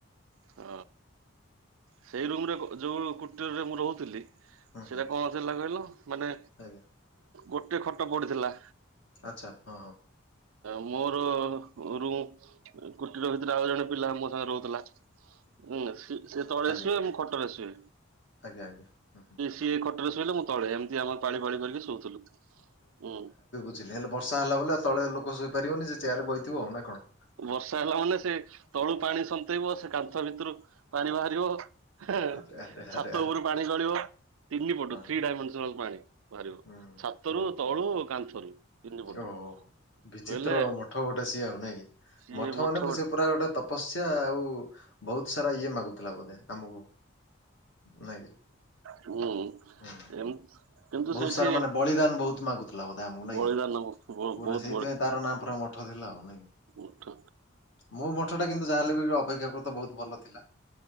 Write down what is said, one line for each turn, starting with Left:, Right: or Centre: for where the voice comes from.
Right: ହଁ ସେଇ ରୁମରେ ଯୋଉ କୁଟୀରରେ ମୁଁ ରହୁଥିଲି
Left: ହୁଁ
Right: ସେଟା
Left: ହୁଁ
Right: କଣ ଥିଲା କହିଲ ମାନେ
Left: ଆଜ୍ଞା
Right: ଗୋଟେ ଖଟ ପଡିିଥିଲା।
Left: ଆଚ୍ଛା ହଁ ହଁ।
Right: ମୋର ରୁମ କୁଟୀର ଭିତରେ ଆଉ ଜଣେ ପିଲା ମୋ ସାଙ୍ଗେ ରହୁଥିଲା। ହୁଁ ସେ ତଳେ
Left: ଆଜ୍ଞା।
Right: ସୁଏ ମୁଁ ଖଟରେ ସୁଏ।
Left: ଆଜ୍ଞା ଆଜ୍ଞା ହୁଁ ହୁଁ
Right: ସିଏ ଖଟରେ ଶୋଇଲେ ମୁଁ ତଳେ ଏମିତି ଆମର ପାଳି ପାଳି କରିକି ଶୋଉଥିଲୁୁ।
Left: ବଝିଲେ ହେଲେ ବର୍ଷା ହେଲା ବଲେ ଆଉ ତଳେ ଲୋକ ଶୋଇପାରିବନି ଯେ ଚେୟରେ ବହିଥିବ ଆଉ ନା କଣ?
Right: ବର୍ଷା ହେଲା ମାନେ ସେ ତଳୁ ପାଣି ସନ୍ତେଇବ ସେ କାନ୍ଥ ଭିତରୁ ପାଣି ବାହାରିବ। ଛାତ
Left: ଆରେ ଆରେ ଆରେ ଆରେ
Right: ଉପରୁ ପାଣି ଗଳିବ ତିନି ପଟ
Left: ହଁ
Right: ଥ୍ରୀଡାଇମେସ ପାଣି। ବାହାରିବ,
Left: ହୁଁ
Right: ଛାତରୁ
Left: ଓ
Right: ତଳୁ କାନ୍ଥରୁ। ତିନି ପଟୁ
Left: ଓ ବିଚିତ୍ର
Right: କହିଲେ
Left: ମଠ ଗୋଟେ ସିଏ ଆଉ ନାଇଁ କି?
Right: ସିଏ
Left: ମଠ ମାନେ
Right: ହୁଁ
Left: ସେ ପୁରା ଗୋଟେ ତ ତପସ୍ୟା ଆଉ ବହୁତ ସାରା ଇଏ ମାଗୁଥିଲା ବୋଧେ ଆମକୁ। ନାଇଁ କି?
Right: ହୁଁ
Left: ହୁଁ
Right: ଏମ କିନ୍ତୁ
Left: ବହୁତ
Right: ସେଇଠି
Left: ସାରା ମାନେ ବଳିଦାନ ବହୁତ ମାଗୁଥିଲା ବୋଧେ ଆମକୁ ନଇଁ
Right: ବଳିଦାନ
Left: କି ପୁରା
Right: ବହୁତ
Left: ସେଇଥିପାଇଁ ତାର ନାଁ ପୋରା ମ ମଠ ଥିଲା ଆଉ। ନାଇଁ କି?
Right: ମୁଠ
Left: ମୋ ମଠଟା କିନ୍ତୁ ଯାହାଲେବ ଅପେକ୍ଷାକୃତ ବହୁତ ଭଲ ଥିଲା।